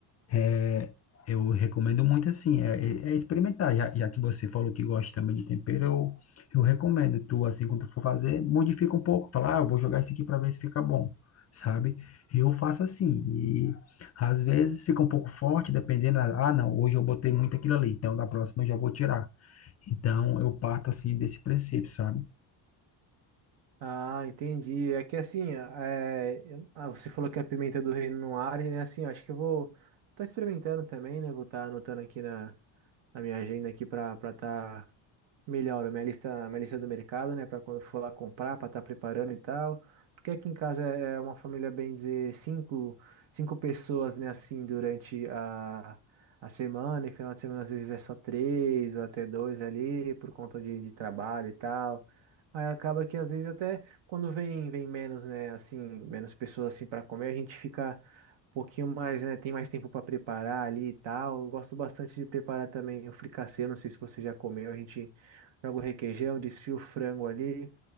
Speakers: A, on the left; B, on the right.
A: é, Eu recomendo muito assim, é, é- é experimentar. Já, já que você falou que gosta também de tempero, eu, eu recomendo. Tu, assim, quando tu for fazer, modifica um pouco. Fala, ah, eu vou jogar isso aqui para ver se fica bom, sabe? Eu faço assim. E às vezes fica um pouco forte, dependendo. Ah, não, hoje eu botei muito aquilo ali, então da próxima eu já vou tirar. Então eu parto assim desse princípio, sabe?
B: Ah, entendi. É que assim, é, eu- ah, você falou que a pimenta do reino não arde, né? Assim, eu acho que eu vou tá experimentando também, né? Vou estar anotando aqui na, na minha agenda aqui para estar Melhoro minha lista, minha lista do mercado, né? Para quando for lá comprar, para estar preparando e tal. Porque aqui em casa é é uma família, bem dizer, cinco, cinco pessoas, né? Assim, durante a, a semana. E final de semana, às vezes, é só três ou até dois ali, por conta de, de trabalho e tal. Aí acaba que, às vezes, até quando vem, vem menos, né? Assim, menos pessoas, assim, para comer, a gente fica um pouquinho mais, né? Tem mais tempo para preparar ali e tal. Eu gosto bastante de preparar também o fricassê. Não sei se você já comeu, a gente. Joga o requeijão, desfia o frango ali,